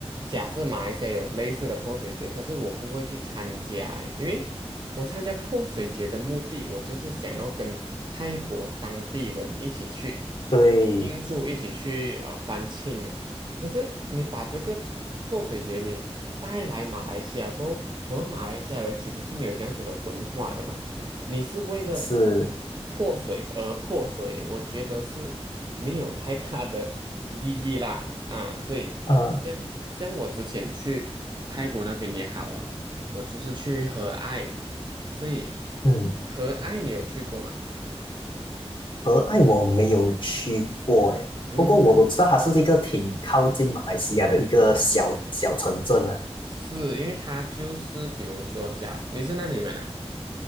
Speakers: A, on the right; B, on the left.
A: 假设马来西亚有类似的泼水节，可是我不会去参加欸因为我参加泼水节的目的，我就是想要跟泰国当地人一起去
B: 对，
A: 庆祝，一起去呃欢庆嘛可是你把这个泼水节你带来马来西亚过后，我们马来西亚人其实是没有这样子的文化的嘛。你是为了
B: 是，
A: 破水而破水，我觉得是没有太大的意义啦啊，所以像像我之前去泰国那边也好啊，
B: 呃。
A: 我就是去和爱，所以
B: 嗯。
A: 和爱你有去过吗？
B: 和爱我没有去过诶，
A: 嗯，
B: 不过我我知道它是一个挺靠近马来西亚的一个小小城镇啊。
A: 是因为他就是比如说假，你是哪里人啊？